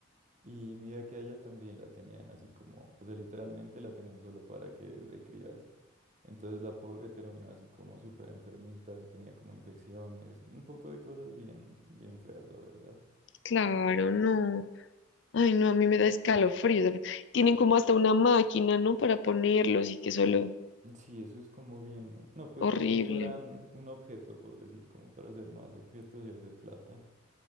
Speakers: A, on the right; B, on the left.
A: Y mira que a ella también la tenían así como, o sea, literalmente la tenían solo para que de crías. Entonces la pobre terminó así como súper enfermita y tenía como infecciones, un poco de cosas bien, bien feas, la verdad.
B: claro, no. Ay, no, a mí me da escalofrío. Tienen como hasta una máquina, ¿no? Para ponerlos y que solo
A: Sí, eso es como bien, no, pues
B: horrible.
A: como si fueran un objeto, por decir, como para hacer más objetos y hacer plata.